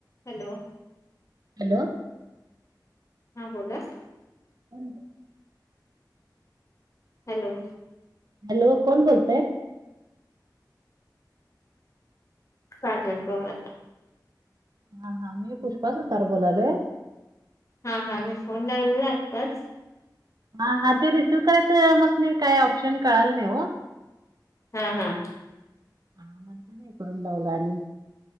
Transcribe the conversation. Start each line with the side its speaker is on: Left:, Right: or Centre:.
Left: Hello
Right: hello
Left: हा बोला
Right: <inaudible>
Left: hello
Right: hello कोण बोलतय
Left: काजल पवार
Right: हा हा मी पुष्पा सुतार बोलालोय
Left: हा हा मी फोन लावलेला आत्ताच
Right: हा हा ते रिसिव करायचं आम्हसीन काय ऑप्शन कळाला नाही हो
Left: हम्म हम्म
Right: हा म्हणता ना इकडून लावला आणि